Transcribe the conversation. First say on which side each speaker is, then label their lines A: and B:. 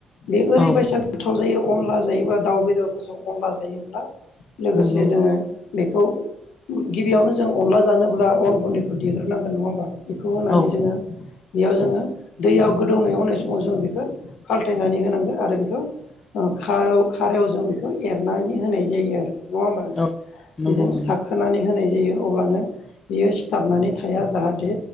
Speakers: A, on the left (about 80°); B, on the left (about 25°).
A: बे ओरैबायसा
B: औ
A: गोथाव जायो अनला जायोब्ला दाउ बेदरफोरजों अनला जायोब्ला लोगोसे
B: नंगौ
A: जोङो बेखौ गिबियावनो जों अनला जानोब्ला अन गुन्दैखौ देग्रोनांगोन नङा होमबा बेखौ होनानै
B: औ
A: जोङो बेयाव जोङो दैयाव गोदौनाय होनाय समाव जों बेखौ खाल्थायनानै होनांगौ आरो बेखौ ओ खा-खारेवजों बेखौ एरनानै होनाय जायो आरो नङा होमबा नोंथां
B: औ नंगौ
A: बेजों
B: नंगौ
A: साखोनानै होनाय जायो अब्लानो बियो सिथाबनानै थाया जाहाथे